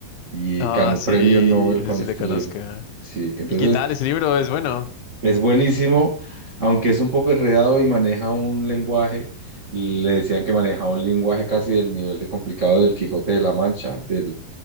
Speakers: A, on the right; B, on the left.
A: y
B: Ah,
A: ganó
B: sí,
A: premio Nobel
B: ese
A: con
B: sí
A: este
B: le conozco.
A: libro. Sí, entonces...
B: ¿Y qué tal? Ese libro es bueno.
A: Es buenísimo, aunque es un poco enredado y maneja un lenguaje, le decían que manejaba un lenguaje casi del nivel de complicado del Quijote de la Mancha, del,